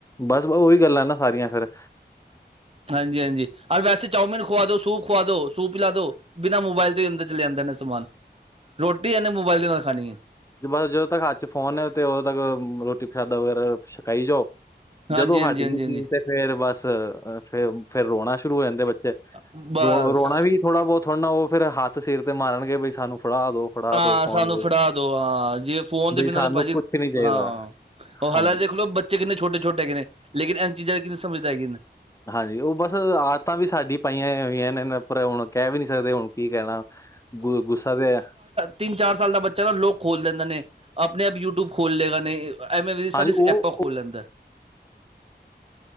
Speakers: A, on the left; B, on the right.
A: ਬੱਸ ਬਾਉ, ਓਹੀ ਗੱਲਾਂ ਨਾ ਸਾਰੀਆਂ ਫੇਰ।
B: ਹਾਂਜੀ, ਹਾਂਜੀ ਅਰ ਵੈਸੇ ਚਾਔਮਿਨ ਖੁਵਾ ਦੋ, ਸੂਪ ਖਵਾ ਦੋ, ਸੂਪ ਪਿਲਾ ਦੋ ਬਿਨਾਂ ਮੋਬਾਇਲ ਅੰਦਰ ਚਲੇ ਜਾਂਦੇ ਨੇ ਸਮਾਨ, ਰੋਟੀ ਐਨੇ ਮੋਬਾਇਲ ਦੇ ਨਾਲ ਖਾਣੀ ਐ।
A: ਬੱਸ ਜਦੋਂ ਤੱਕ ਹੱਥ ਚ ਫੋਨ ਹੈ, ਤੇ ਓਦੋਂ ਤੱਕ ਰੋਟੀ, ਪ੍ਰਸ਼ਾਦਾ ਵਗੈਰਾ ਮ਼ਕ ਖਾਈ ਜਾਓ,
B: ਹਾਂਜੀ,
A: ਜਦੋਂ ਹੱਟਗੀ
B: ਹਾਂਜੀ, ਹਾਂਜੀ,
A: ਚੀਜ
B: ਹਾਂਜੀ
A: ਤੇ ਫੇਰ ਬੱਸ ਫੇ, ਫੇਰ ਰੋਣਾ ਸ਼ੁਰੂ ਹੋ ਜਾਂਦੇ ਬੱਚੇ
B: ਬਸ।
A: ਰੋ, ਰੋਣਾ ਵੀ ਥੋੜਾ ਬੋਤ ਥੋੜਨਾ, ਓ ਫਿਰ ਹੱਥ ਸਿਰ ਤੇ ਮਾਰਨਗੇ ਬਈ ਸਾਨੂੰ ਫੜਾ ਦੋ। ਫੜਾ
B: ਹਾਂ
A: ਦੋ ਫੋਨ
B: ਸਾਨੂੰ ਫੜਾ ਦੋ ਹਾਂ, ਜਿਵੇਂ ਫੋਨ ਦੇ
A: ਬਈ
B: ਬਿਨਾਂ
A: ਸਾਨੂੰ
B: ਤੇ ਭਾਜੀ,
A: ਕੁਛ ਨੀ ਚਾਹੀਦਾ
B: ਹਾਂ ਓ
A: ਹਾਂਜੀ।
B: ਹਲਾਂ ਦੇਖ ਲੋ ਬਚ ਬੱਚੇ ਕਿੰਨੇ ਛੋਟੇ, ਛੋਟੇ ਹੈਗੇ ਨੇ, ਲੇਕਿਨ ਐਨ ਚੀਜਾਂ ਦੀ ਕਿੰਨੀ ਸਮਜ ਪੈਗੀ ਨੇ।
A: ਹਾਂਜੀ, ਓ ਬਸ ਆਦਤਾਂ ਵੀ ਸਾਡੀ ਪਾਈਆਂ ਹੋਈਆਂ ਨੇ ਪਰ ਹੁਣ ਕੈਹ ਵੀ ਨੀ ਸਕਦੇ, ਹੁਣ ਕੀ ਕੈਣਾ ਉਦੋ ਗੁੱਸਾ ਤੇ
B: ਤਿੰਨ ਚਾਰ ਸਾਲ ਦਾ ਬੱਚਾ ਤਾ ਲੋਕ ਖੋਲ ਲੈਂਦਾ ਨੇ, ਆਪਨੇ ਆਪ ਯੂਟਿਊਬ ਖੋਲ ਲੇਗਾ ਨੇ ਐਵੇਂ ਮੇਰੀ ਸਾਰੀ
A: ਹਾਂਜੀ ਉਹ
B: ਐਪਾਂ ਖੋਲ ਲੈਂਦੈ।